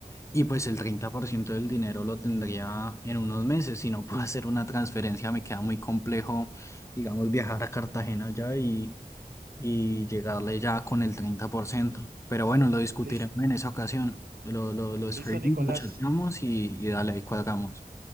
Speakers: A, on the left; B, on the right.
A: Y pues el 30% del dinero lo tendría en unos meses. Si no puedo hacer una transferencia, me queda muy complejo, digamos, viajar a Cartagena ya y, y llegarle ya con el 30%. Pero bueno, lo discutiremos
B: Lis-
A: en esa ocasión. Lo, lo, lo escribimos,
B: Listo, Nicolás.
A: lo chateamos y, y dale, ahí cuadramos.